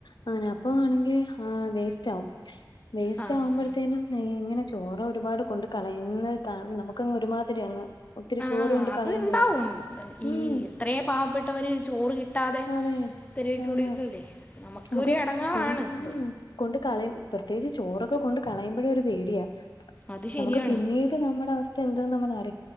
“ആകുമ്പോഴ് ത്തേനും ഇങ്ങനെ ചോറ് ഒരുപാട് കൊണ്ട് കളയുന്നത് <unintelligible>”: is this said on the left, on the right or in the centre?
Left